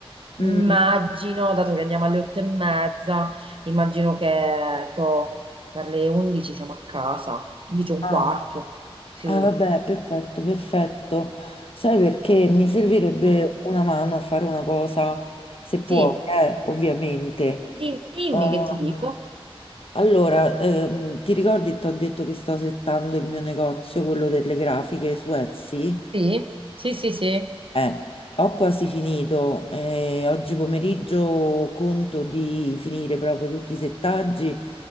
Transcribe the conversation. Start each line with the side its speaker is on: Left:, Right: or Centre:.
Right: mi
Left: Mm,
Right: immagino, dato che andiamo alle otto e mezza, immagino che toh, per le undici siamo a casa, undici e un
Left: ah,
Right: quarto. Sì,
Left: ah, vabbè, perfetto, perfetto. Sai perché mi servirebbe
Right: Mm.
Left: una mano a fare una cosa, se puoi,
Right: sì.
Left: eh, ovviamente.
Right: Di- Dimmi
Left: Ehm,
Right: che ti dico.
Left: allora, ehm, ti ricordi, ti ho detto che sto settando il mio negozio, quello delle grafiche su Etsy?
Right: Sì, sì, sì, sì.
Left: Eh, ho quasi finito. eh, oggi pomeriggio conto di finire proprio tutti i settaggi